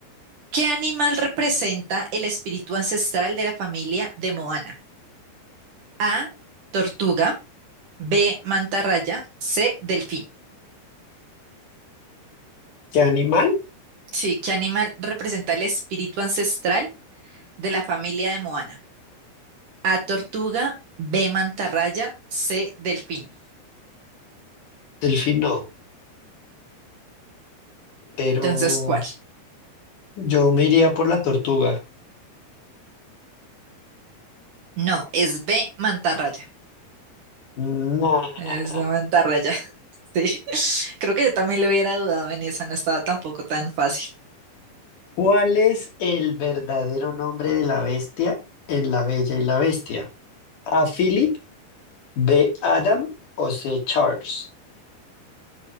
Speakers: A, on the right; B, on the left.
A: ¿Qué animal representa el espíritu ancestral de la familia de Moana? A, tortuga, B, mantarraya, C, delfín.
B: de animal,
A: Sí, ¿qué animal representa el espíritu ancestral de la familia de Moana? A, tortuga, B, mantarraya, C, delfín.
B: delfín no, pero
A: Entonces, ¿cuál?
B: yo me iría por la tortuga.
A: No, es B, mantarraya.
B: Nah.
A: Es una mantarraya. <laughs> Sí, creo que yo también lo hubiera dudado en esa, no estaba tampoco tan fácil.
B: ¿Cuál es el verdadero nombre de la bestia en La Bella y la Bestia? ¿A Philip, B. Adam o C. Charles?